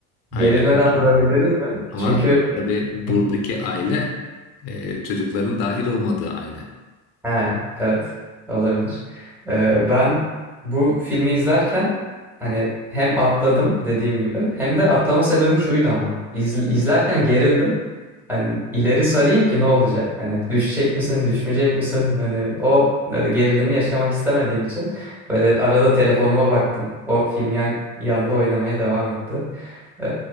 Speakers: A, on the left; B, in the centre.
A: ailem.
B: Gerilmeden durabildiniz mi?
A: Ama
B: Çünkü
A: tabii
B: <laughs>
A: buradaki aile e, çocukların dahil olmadığı aile.
B: Ha, evet olabilir. Ee, ben bu filmi izlerken hani hem atladım dediğim gibi hem de atlama sebebim şuydu ama iz, izlerken gerildim. Hani ileri sarayım ki ne olacak? Hani düşecek misin, düşmeyecek misin? Hani o e, gerilimi yaşamak istemediğim için böyle arada telefonuma baktım. O film yan, yanda oynamaya devam etti. Ee,